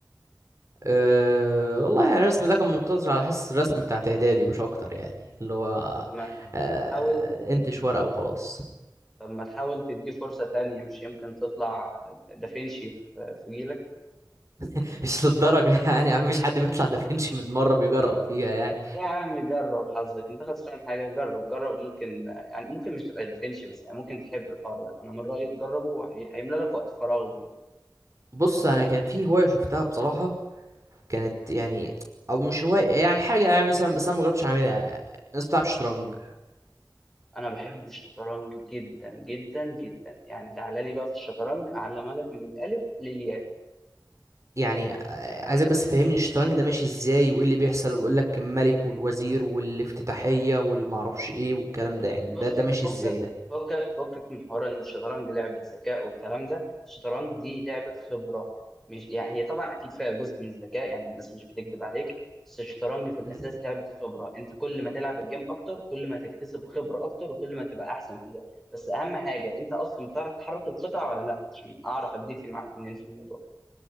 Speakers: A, on the right; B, in the centre.
A: أه والله يعني الرسم ده كان مقتصر على حصص الرسم بتاعت اعدادي مش اكتر يعني اللي هو
B: طب ما
A: أه
B: ما تحاول
A: انتش ورقه وخلاص
B: طب ما تحاول تديه فرصة تانية مش يمكن تطلع دافنشي في في جيلك
A: <laughs> مش للدرجه يعني مفيش حد بيطلع دافنشي من مره بيجرب فيها يعني
B: يا عم جرب حظك انت خسران حاجة جرب جرب ممكن يعني ممكن مش تبقى دافنشي بس يعني ممكن تحب الحوار ده انا من رأيي تجربه هي- هيملى لك وقت فراغ برضه.
A: بص انا كان في هوايه شفتها بصراحه كانت يعني او مش هواية يعني حاجة يعني مثلا بس انا مجربتش اعملها الناس بتلعب شطرنج
B: انا بحب الشطرنج جدا جدا جدا يعني تعالى لي بقى في الشطرنج اعلمها لك من الالف للياء
A: يعني آه، عايزك بس فهمني الشطرنج ده ماشي ازاي وايه اللي بيحصل وبيقول لك الملك والوزير والافتتاحية والمعرفش ايه والكلام ده يعني
B: بص
A: ده ده
B: انت
A: ماشي
B: فكك
A: ازاي ده
B: فكك فكك من حوار ان الشطرنج لعبه ذكاء والكلام ده الشطرنج دي لعبه خبره مش يعني هي طبعا اكيد فيها جزء من الذكاء يعني الناس مش بتكذب عليك بس الشطرنج في الاساس
A: مم.
B: لعبه خبره انت كل ما تلعب الجيم اكتر كل ما تكتسب خبره اكتر وكل ما تبقى احسن فيها بس اهم حاجه انت اصلا بتعرف تحرك القطع ولا لا عشان اعرف اديتي معاك منين في الموضوع